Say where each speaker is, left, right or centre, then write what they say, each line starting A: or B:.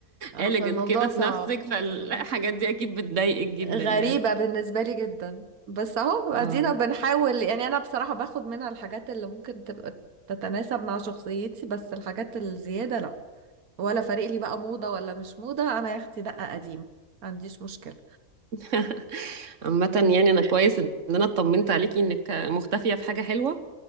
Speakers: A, on the right (about 75°); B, on the right (about 55°).
A: اه
B: elegant
A: فالموضوع
B: كده
A: صعب
B: في نفسك فالحاجات
A: مم.
B: دي اكيد بتضايقك جدا
A: غريبة
B: يعني
A: بالنسبة لي جدا بس اهو ادينا
B: اه
A: بنحاول يعني انا بصراحة باخد منها الحاجات اللي ممكن تبقى تتناسب مع شخصيتي بس الحاجات الزيادة لا ولا فارق لي بقى موضة ولا مش موضة أنا يا أختي دقة قديمة ما عنديش مشكلة
B: <laughs> عامة يعني انا كويس ان انا اطمنت عليكي انك مختفية في حاجة حلوة